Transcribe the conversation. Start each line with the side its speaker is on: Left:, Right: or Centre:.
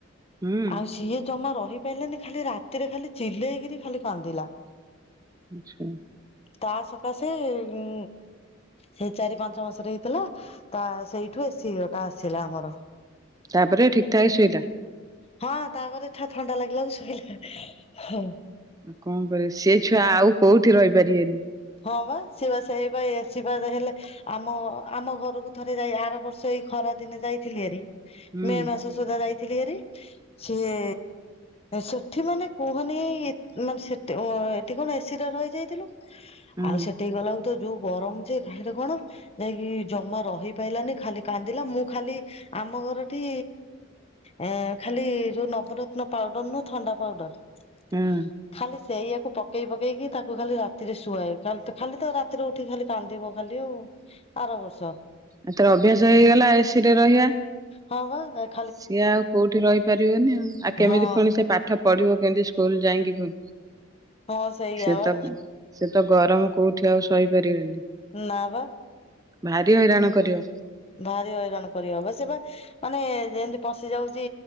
Right: ହୁଁ
Left: ଆଉ ସିଏ ଜମା ରହିପାରିଲାନି ଖାଲି ରାତିରେ ଖାଲି ଚିଲେଇକିରି ଖାଲି କାନ୍ଦିଲା।
Right: ଆଚ୍ଛା।
Left: ତା ସକାଶେ ଉଁ ସେ ଚାରି ପାଞ୍ଚ ମାସରେ ହେଇଥିଲା ତା ସେଇଠୁ ଏ ସି ଗଟା ଆସିଲା ଆମର।
Right: ତାପରେ ଠିକ ଠାକ ଶୋଇଲା?
Left: ହଁ ତାପରେ ଏଠା ଥଣ୍ଡା ଲାଗିଲା ତ ଶୋଇଲା।
Right: ଆଉ କଣ କରିବ ସେ ଛୁଆ ଆଉ କୋଉଠି ରହିପାରିବେନି।
Left: ହଁ ବା ସେବା ସେଇ ପା ଏ ସି ପା ହେଲେ ଆମ ଆମ ଘରକୁ ଥରେ ଯାଇ ଆର ବର୍ଷ ଏଇ ଖରା ଦିନେ ଯାଇଥିଲି ଏରି
Right: ହୁଁ
Left: ମେ ମାସ ସୁଧା ଯାଇଥିଲି ଏରି ସିଏ ସେଠି ମାନେ କୁହନି ମାନେ ସେଠି ଏଠି କଣ ଏ ସି ରେ ରହିଯାଇଥିଲୁ।
Right: ହୁଁ
Left: ଆଉ ସେଠକି ଗଲାକୁ ତ ଯୋଉ ଗରମ ଯେ କାହିଁରେ କଣ। ଯାଇକି ଜମା ରହି ପାଇଲାନି ଖାଲି କାନ୍ଦିଲା ମୁଁ ଖାଲି। ଆମ ଘରଠି। ଏ ଖାଲି ଯୋଉ ନବରତ୍ନ ପାଉଡର ନୁ ଥଣ୍ଡା ପାଉଡର।
Right: ହୁଁ।
Left: ଖାଲି ସେଇଆାକୁ ପକେଇ ପକେଇକି ତାକୁ ଖାଲି ରାତିରେ ଶୁଆଏ। ଖାଲ ତ ଖାଲି ତ ରାତିରେ ଉଠିକି ଖାଲି କାନ୍ଦିବ ଖାଲି ଆଉ ଆର ବର୍ଷ।
Right: ଏଥର ଅଭ୍ୟାସ ହେଇଗଲା ଏସିି ରେ ରହିବା।
Left: ହଁ ପା ଦେଖ।
Right: ସିଏ ଆଉ କୋଉଠି ରହିପାରିବନି ଆଉ ଆଉ କେମିତି
Left: ହଁ
Right: ଫୁଣି ସେ ପାଠ। ପଢିବ କେନ୍ତି ସ୍କୁଲ ଯାଇଁକି ଫୁ
Left: ହଁ ସେଇଆ
Right: ସେ
Left: ବା
Right: ତ ସେ। ତ ଗରମ କୋଉଠି ଆଉ ସହିପାରିବେନି।
Left: ନା ପା।
Right: ଭାରି ହଇରାଣ କରିବ।
Left: ଭାରି ହଇରାଣ କରିବବା ସେ ବା। ମାନେ ଯେମିତି ପଶି ଯାଉଛି